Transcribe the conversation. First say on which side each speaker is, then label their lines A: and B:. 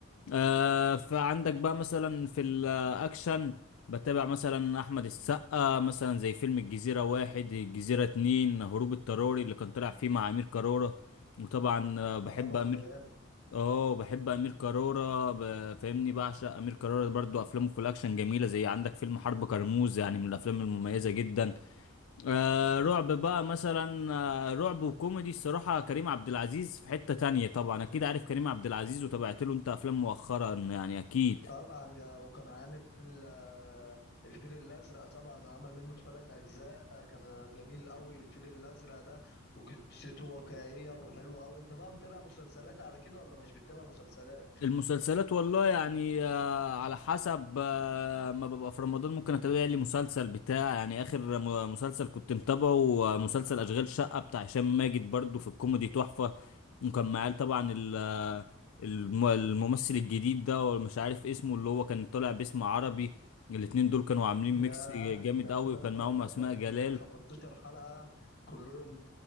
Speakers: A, on the left; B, on the left.
A: آه فعندك بقى مثلا في الاكشن بتابع مثلا احمد السقا مثلا زي فيلم الجزيرة واحد الجزيرة اتنين هروب اضطراري اللي كان طلع فيه مع امير كرارة وطبعا آه، بحب
B: طبعا
A: امير
B: ده جامد
A: اه بحب امير كرارة ب- فاهمني بعشق امير كرارة برضو افلامه في الاكشن جميله زي عندك فيلم حرب كرموز يعني من الافلام المميزه جدا آه رعب بقى مثلا آه رعب وكوميدي الصراحه كريم عبد العزيز في حته تانية طبعا اكيد عارف كريم عبد العزيز وتابعت له انت افلام مؤخرا يعني اكيد
B: طبعا جا وكان عامل آه، الفيل الأزرق طبعا عمل منه ثلاث أجزاء آه، كان جميل قوي الفيل الأزرق ده وقصته واقعية وحلوة قوي أنت بقى متابع مسلسلات على كده ولا مش بتتابع مسلسلات؟
A: المسلسلات والله يعني آه، على حسب آه، ما ببقى في رمضان ممكن اتابع لي مسلسل بتاع يعني اخر م- مسلسل كنت متابعه آه، مسلسل اشغال شقة بتاع هشام ماجد برضو في الكوميدي تحفة وكان معاه طبعا ال- آه، الم- الممثل الجديد ده ومش عارف اسمه اللي هو كان طالع باسم عربي الاتنين دول كانوا عاملين
B: ياه
A: ميكس جامد
B: ده المسلسل
A: قوي وكان معاهم
B: ده
A: اسماء
B: كان
A: جلال
B: 15 حلقة كلهم